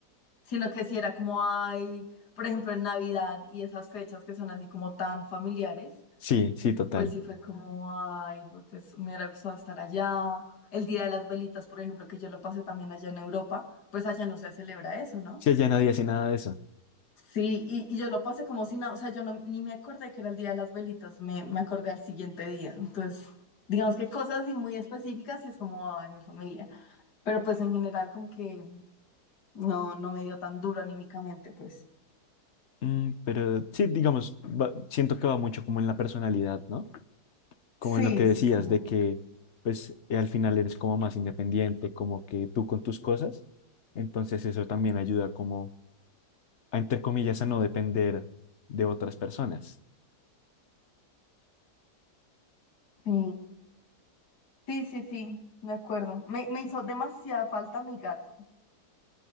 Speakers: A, on the left; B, on the left.
A: sino que si era como, ay, por ejemplo, en Navidad y esas fechas que son así como tan familiares,
B: sí, sí, total.
A: pues sí fue como, ay, pues me hubiera gustado estar allá. El Día de las Velitas, por ejemplo, que yo lo pasé también allá en Europa, pues allá no se celebra eso, ¿no?
B: Sí, ella nadie hace nada de eso.
A: Sí, y, y yo lo pasé como si nada, o sea, yo no, ni me acordé que era el Día de las Velitas, me, me acordé al siguiente día. Entonces, digamos que cosas así muy específicas y es como, ay, mi familia. Pero pues en general como que no, no me dio tan duro anímicamente, pues.
B: Mm, pero sí, digamos, va- siento que va mucho como en la personalidad, ¿no? Como
A: Sí,
B: en lo que decías
A: sí, sí.
B: de que, pues, eh, al final eres como más independiente, como que tú con tus cosas. Entonces eso también ayuda como a, entre comillas, a no depender de otras personas.
A: Sí, sí, sí, sí, me acuerdo. Me, me hizo demasiada falta mi gato.